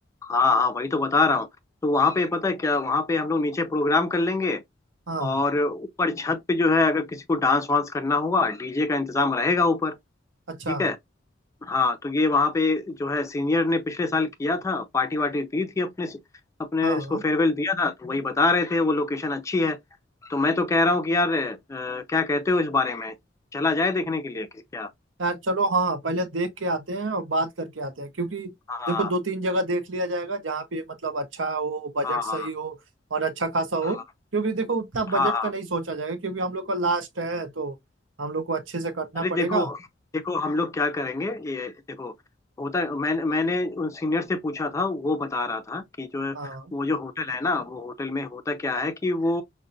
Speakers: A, on the left; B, on the right.
A: हाँ हाँ वही तो बता रहा हूँ तो वहाँ पे पता है क्या वहाँ पे हम लोग नीचे प्रोग्राम कर लेंगे
B: हाँ
A: और ऊपर छत पे जो है अगर किसी को डांस वांस करना होगा डीजे का इंतजाम रहेगा ऊपर
B: अच्छा
A: ठीक है हाँ तो ये वहाँ पे जो है सीनियर ने पिछले साल किया था पार्टी वार्टी दी थी अपने अपने
B: हाँ
A: इसको फेयरवेल दिया था तो वही बता रहे थे वो लोकेशन अच्छी है तो मैं तो कह रहा हूँ कि यार अ, क्या कहते हो इस बारे में चला जाए देखने के लिए कि क्या
B: यार चलो हाँ पहले देख के आते हैं और बात करके आते हैं क्योंकि
A: हाँ
B: देखो दो तीन जगह देख लिया जाएगा जहाँ पे मतलब अच्छा हो बजट
A: हाँ
B: सही
A: हाँ
B: हो और अच्छा खासा हो
A: हाँ
B: क्योंकि देखो उतना
A: हाँ
B: बजट
A: हाँ।
B: का नहीं सोचा जाएगा क्योंकि हम लोग का लास्ट है तो हम लोग को अच्छे से करना
A: अरे
B: पड़ेगा
A: देखो देखो हम लोग क्या करेंगे ये देखो होता मैंने मैंने उन सीनियर से पूछा था वो बता रहा था कि जो
B: हाँ
A: वो जो होटल है ना वो होटल में होता क्या है कि वो